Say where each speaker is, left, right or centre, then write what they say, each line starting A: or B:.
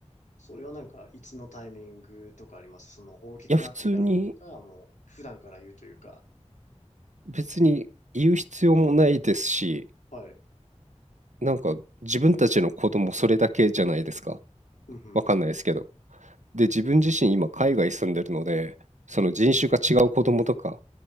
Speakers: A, on the left; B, on the right.
A: それはなんかいつのタイミングとかありますその大きくなってからなのか、
B: や、普通に
A: もう普段から言うというか、
B: 別に言う必要もないですし、
A: はい。
B: なんか自分たちの子供それだけじゃないですか。
A: うん、ふんふんふん。
B: わかんないですけど。で、自分自身今海外住んでるので、その人種が違う子供とか、
A: うんふん、